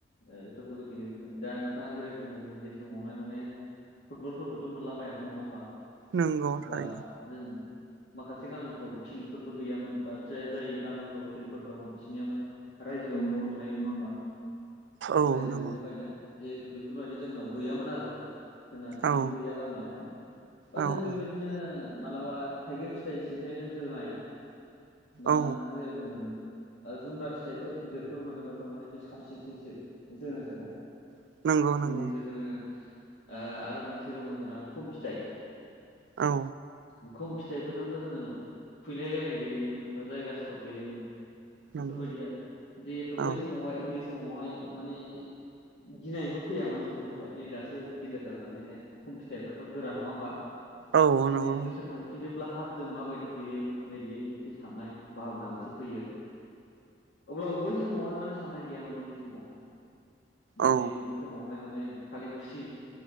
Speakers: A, on the left; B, on the right.
A: बेफोरखौबो गेलेबोदों दा नोंथाङा जेरै जों उन्दै समावहाय माने फुटबलफोरखौथ' मोनलाबायायामानो नङा होमबा
B: नंगौ थारैनो
A: बा जों माखासे गामिफ्राव फिल्डफोरबो गैयामोन बा जाय जाय गामिफ्राव फिल्डफोर दङ बिसिनिया माने रायजोआव मुल थायो नङा होमबा
B: औ
A: रायजोयैनो
B: नंगौ
A: बायनाय जिहेतु बेफोरबायदि जोंनाव गैयामोन आरो जोंहा फिलबो
B: औ
A: गैया गामियावहाय बा
B: औ
A: जों बेबायदिनो
B: औ
A: मालाबा थाइगिर फिथाइ सिनिथायनो जोनोलाय बा
B: औ
A: नोंथाङा जेै बुंदों जुमब्रा फिथाइफोर गिदिरफोर मोनोब्लााथ' माने बे साबसिनसैसो नोंसोर होनो थाखाय
B: नंगौ नंगौ
A: जिहेथु जोङो आरो मोनसे दङ जोंना खुम फिथाइ
B: औ
A: मुख फिथाइफोरजोंबो जोङो खुैलायलायनाय गेलेयोमोन बा जायगा सिथप गेलेयोमोन
B: नंगौ
A: बेफोरबायदि आरो जिहेतु बै
B: औ
A: समावहाय उन्दै समावहाय माने गिनायबो फैयामोन इफोरखौहाय नै दासो गेदेर जानानैहाय खम फिथाइफ्राथ' गोरा नङा होमबा
B: औ
A: माने
B: नंगौ
A: गोसोखां फिनोब्ला हाब जों माबायदि गेलेयोमोन नैबे मोनसे साननाय भाबना मोनसे फैयो आरो अब्लाबो बै समावहाय माने साननाय गैयामोन उन्दै समाव
B: औ
A: जिहेथु बे समावहाय माने खालि खुसि